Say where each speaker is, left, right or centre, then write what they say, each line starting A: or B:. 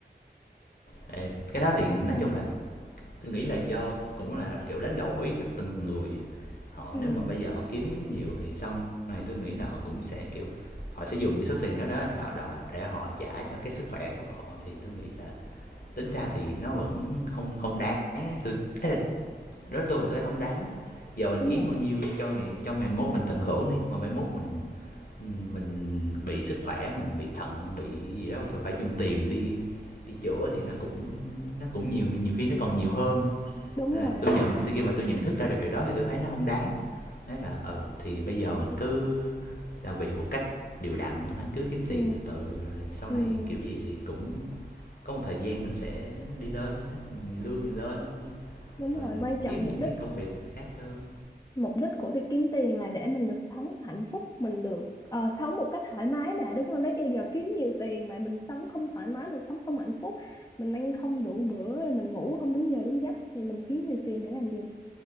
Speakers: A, on the left (about 65°); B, on the left (about 20°).
A: ờ, cái đó thì
B: bó
A: nói
B: tay
A: chung là Tôi nghĩ là do cũng là, kiểu, đánh đổi cho từng người. Họ
B: ừ
A: nếu mà bây giờ họ kiếm nhiều thì sau này tôi nghĩ là họ cũng sẽ, kiểu, họ sẽ dùng cái số tiền đó đó họ đòi để họ trả cho cái sức khỏe của họ, thì tôi nghĩ là tính ra thì nó vẫn không không đáng Tôi ấy là tôi thì tôi thấy hông đáng. Giờ mình
B: đúng
A: kiếm
B: rồi
A: bao nhiêu cho ngày cho ngày mốt mình tận hưởng đi, mà mai mốt mình, mình bị sức khỏe, mình bị thận, bị gì đó, phải phải dùng tiền đi đi chữa thì nó cũng nó cũng nhiều nhiều khi nó còn nhiều hơn nữa
B: đúng
A: là
B: rồi
A: tôi nhận từ khi mà tôi nhận thức ra được điều đó thì tôi thấy nó không đáng nói là ừ thì bây giờ mình cứ làm việc một cách điều đặn nó cứ kiếm tiền
B: ừ
A: từ từ rồi sau
B: ừ
A: này kiểu gì thì cũng có một thời gian mình sẽ đi lên mình lương mình lên
B: đúng rồi
A: mình
B: quan trọng
A: kiếm
B: mục
A: những
B: đích
A: cái công việc khác hơn
B: mục đích của việc kiếm tiền là để mình được sống hạnh phúc mình được ờ, sống một cách thoải mái mà đúng không nếu như giờ kiếm nhiều tiền mà mình sống không thoải mái mình sống không hạnh phúc mình ăn không đủ bữa mình ngủ không đúng giờ đúng giấc thì mình kiếm nhiều tiền để làm gì